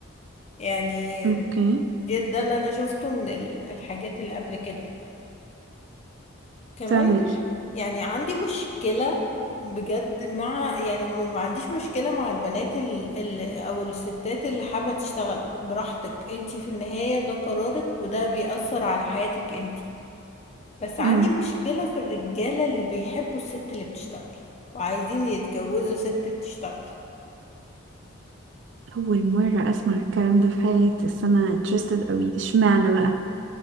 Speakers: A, on the left; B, on the right.
A: يعني
B: اوكي
A: ده ده اللي انا شفته من ال- الحاجات اللي قبل كده كمان
B: فاهمك
A: بح- يعني عندي مشكلة بجد مع يعني ما ما عنديش مشكلة مع البنات ال ال او الستات اللي حابة تشتغل براحتك انتي في النهاية ده قرارك وده بيأثر على حياتك انتي بس عندي
B: امم
A: مشكلة في الرجالة اللي بيحبوا الست اللي بتشتغل وعايزين يتجوزوا ست بتشتغل
B: اول مرة اسمع الكلام ده في حياتي بس انا interested قوي ده اشمعنى بقى